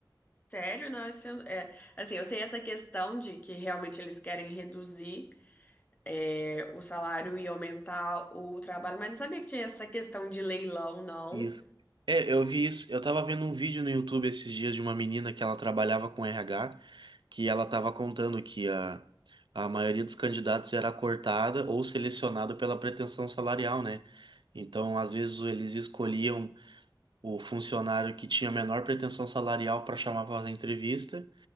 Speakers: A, on the left (about 20°); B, on the right (about 80°).
A: Sério, não, isso eu- é, assim, eu sei essa questão de que realmente eles querem reduzir é, o salário e aumentar o trabalho, mas não sabia que tinha essa questão de leilão, não.
B: Isso. É, eu vi isso. Eu tava vendo um vídeo no YouTube esses dias de uma menina que ela trabalhava com RH, que ela tava contando que a, a maioria dos candidatos era cortada ou selecionada pela pretensão salarial, né? Então, às vezes, eles escolhiam o funcionário que tinha menor pretensão salarial para chamar para fazer entrevista,